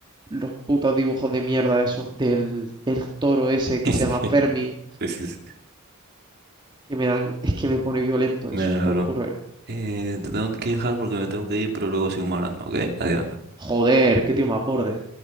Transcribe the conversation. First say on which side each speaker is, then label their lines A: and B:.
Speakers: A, on the right; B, on the right.
A: los putos dibujos de mierda esos del, del toro ese que
B: <laughs>
A: se llama Fermi?
B: Sí, sí, sí.
A: que me dan, es que me pone violento
B: Me
A: eso,
B: adoro.
A: te lo juro, ¿eh?
B: Eh, te tengo que dejar porque me tengo que ir, pero luego seguimos hablando, ¿ok? Adiós.
A: Joder, qué tío más borde.